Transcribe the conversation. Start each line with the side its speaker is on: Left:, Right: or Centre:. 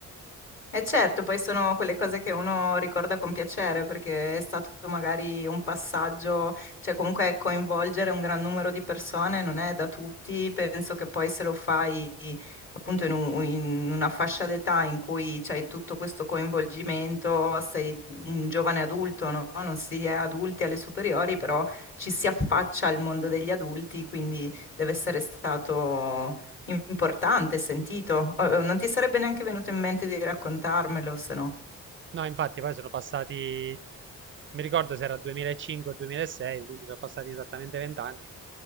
Left: E certo, poi sono quelle cose che uno ricorda con piacere perché è stato magari un passaggio, cioè comunque coinvolgere un gran numero di persone non è da tutti, penso che poi se lo fai appunto in, un- in una fascia d'età in cui c'hai tutto questo coinvolgimento, sei un giovane adulto, no? Non si è adulti alle superiori, però ci si affaccia al mondo degli adulti, quindi deve essere stato Importante, sentito. Oh, oh, Non ti sarebbe neanche venuto in mente di raccontarmelo, se no.
Right: No, infatti poi sono passati, mi ricordo se era 2005-2006, quindi sono passati esattamente vent'anni.